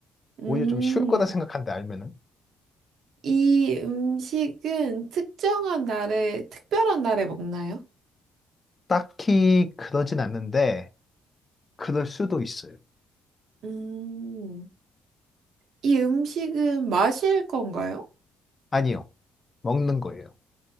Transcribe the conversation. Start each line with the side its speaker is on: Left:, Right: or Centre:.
Right: 음,
Left: 오히려 좀 쉬울 거다 생각한데 알면은
Right: 이 음식은 특정한 날에, 특별한 날에 먹나요?
Left: 딱히 그러진 않는데 그럴 수도 있어요.
Right: 음, 이 음식은 마실 건가요?
Left: 아니요. 먹는 거예요.